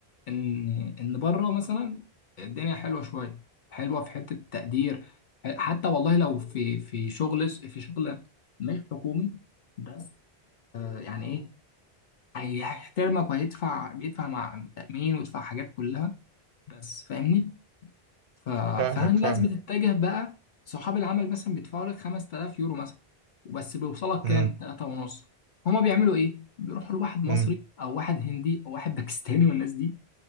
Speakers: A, on the left (about 55°); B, on the right (about 65°).
A: ان ان بره مثلا الدنيا حلوه شويه حلوه في حته التقدير حتى والله لو في في شغل في شغل مش حكومي بس يعني ايه هيحترمك وهيدفع بيدفع مع تأمين ويدفع حاجات كلها بس فاهمني ف...
B: فاهمك
A: فهل الناس
B: فاهمك
A: بتتجه بقى صحاب العمل مثلا بيدفعوا لك 5000 يورو مثلا وبس بيوصلك كام
B: امم
A: 3 ونص هما بيعملوا ايه بيروحوا لواحد مصري
B: امم
A: او واحد هندي او واحد باكستاني والناس دي